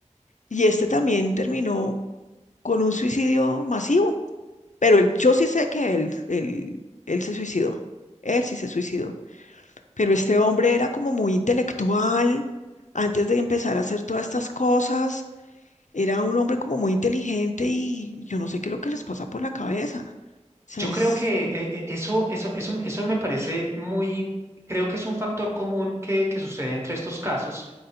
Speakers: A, on the left; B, on the right.
A: Y este también terminó con un suicidio masivo. Pero él- yo sí sé que él, él, él se suicidó. Él sí se suicidó. Pero este hombre era como muy intelectual. Antes de empezar a hacer todas estas cosas, era un hombre como muy inteligente y yo no sé qué es lo que les pasa por la cabeza. O sea,
B: Yo
A: es...
B: creo que eh, eh, eso, eso, eso, eso me parece muy, creo que es un factor común que, que sucede entre estos casos,